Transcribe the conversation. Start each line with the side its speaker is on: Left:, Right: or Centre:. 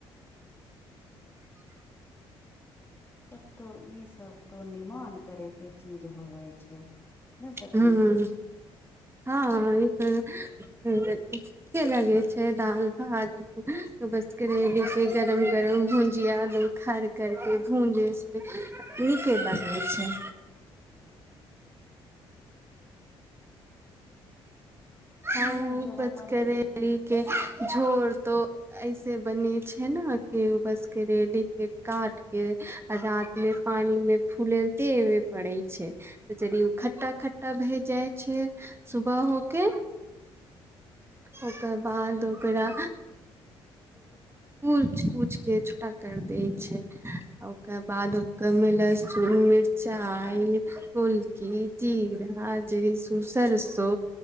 Left: तब तो ई सब तो निमान करै के चीज होवै छै ने सखी
Right: हँ हँ ई तऽ नीके लगै छै दालि भात बस करेली के गरम गरम भुजिया खर करके भूँजैसे नीके लगै छै
Left: हमहुँ
Right: हँ
Left: जब
Right: बच
Left: अपन
Right: करेली के झोर तो ऐसे बने छै ने के उ बस करेली के काट के आ रात मे पानीमे फूलैते हे पड़े छै तऽ जब ओ खट्टा खट्टा भय जाइ छै सुबह होके ओकर बाद ओकरा कुच कुचि के छोटा करि दै छै आ ओकर बाद ओकरमे लहसुन मिरचाइ गोलकी जीरा जनिसू सरसो